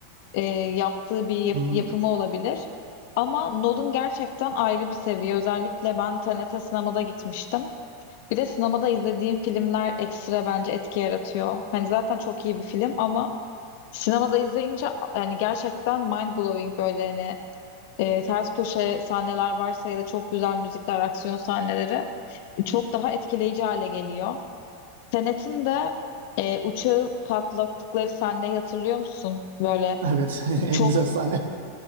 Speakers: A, on the left; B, on the right.
A: e, yaptığı bir yap-
B: Hmm,
A: yapımı olabilir. Ama Nolan gerçekten ayrı bir seviye. Özellikle ben TNT sinemada gitmiştim. Bir de sinemada izlediğim filmler ekstra bence etki yaratıyor. Hani zaten çok iyi bir film ama sinemada izleyince yani gerçekten mind blowing böyle hani e, ters köşe sahneler varsa ya da çok güzel müzikler, aksiyon sahneleri e, çok daha etkileyici hale geliyor. Senet'in de e, uçağı patlattıkları sahneyi hatırlıyor musun? Böyle
B: evet, <laughs> en
A: çok
B: güzel sahne.